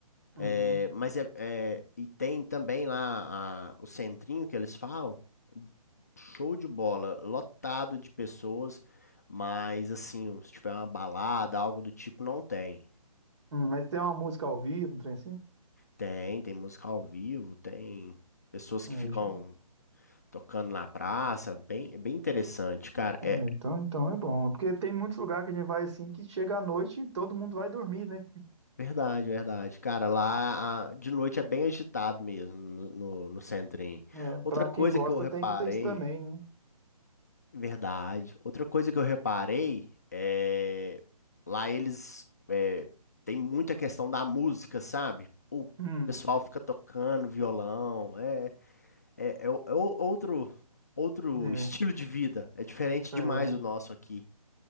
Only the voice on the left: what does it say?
É, mas é, é- e tem também lá a- o centrinho que eles falam, Show de bola, lotado de pessoas, mas assim, se tiver uma balada, algo do tipo, não tem.
Tem, tem música ao vivo, tem pessoas
que ficam
tocando na praça, bem, é bem interessante, cara.
É
verdade, verdade. Cara, lá a- de noite é bem agitado mesmo no, no, no centrinho.
Outra
coisa
que eu reparei
Verdade. Outra coisa que eu reparei é lá eles é, tem muita questão da música, sabe? O
pessoal fica tocando violão, é é, é é o- é o- outro outro
<laughs> estilo de vida. É diferente
demais do nosso aqui.